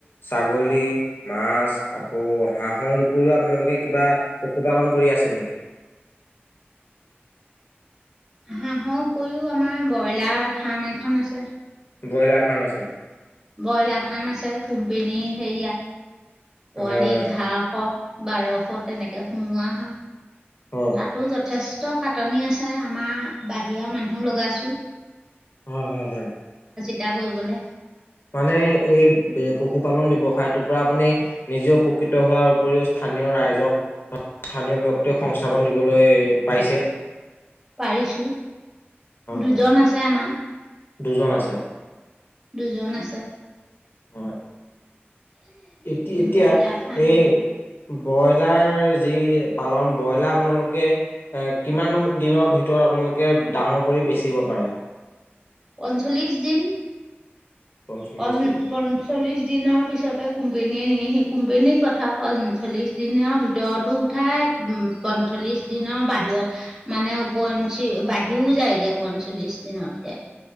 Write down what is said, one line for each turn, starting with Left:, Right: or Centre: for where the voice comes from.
Left: ছাগলী, মাছ আকৌ হাঁহৰ উপৰিও, আপোনালোকে কিবা পশুপালন কৰি আছে নেকি?
Right: হাঁহৰ উপৰিও আমাৰ ব্ৰইলাৰ ফাৰ্ম এখন আছে।
Left: ব্ৰইলাৰ ফাৰ্ম আছে?
Right: ব্ৰইলাৰ ফাৰ্ম আছে? কোম্পিনী হেৰিয়া পোৱালি
Left: হয়
Right: ঘাঁহ ৰ। বাৰশ, তেনেকে সোমাৱা হয়।
Left: হয়
Right: তাতোঁ যথেষ্ট খাটনি আছে আমাৰ বাহিৰৰ মানুহ লগাইছো।
Left: হয়- হয়- হয়
Right: এয়া কৰিবলে,
Left: মানে এই পশুপালন ব্যৱসায়টোৰ পৰা আপুনি নিজেও উপকৃত হোৱাৰ উপৰিও স্থানীয় ৰাইজক স্থানীয় ব্যক্তিক সংস্থাপন দিবলৈ পাইছে।
Right: পাৰিছো দুজন
Left: হয়
Right: আছে আমাৰ
Left: দুজন আছে
Right: দুজন আছে,
Left: অ এতিয়া এতিয়া
Right: ব্ৰইলাৰ ফাৰ্ম
Left: এই ব্ৰইলাৰ যি পালন ব্ৰইলাৰ আপোনালোকে এ কিমান দিনৰ ভিতৰত আপোনালোকে ডাঙৰ কৰি বেচিব পাৰে।
Right: পঞ্চল্লিশ দিন।
Left: পঞ্চল্লিশ
Right: প
Left: দিন
Right: পঞ্চল্লিশ দিনৰ পিছতে কোম্পানীয়ে নিয়েহি, কোম্পানীৰ কথা পঞ্চল্লিশ দিনৰ ভিতৰতো উঠাই উ পঞ্চল্লিশ দিনৰ বাহিৰত মানে উপৰঞ্চি বাঢ়িও যায়গৈ পঞ্চল্লিশ দিনতকে,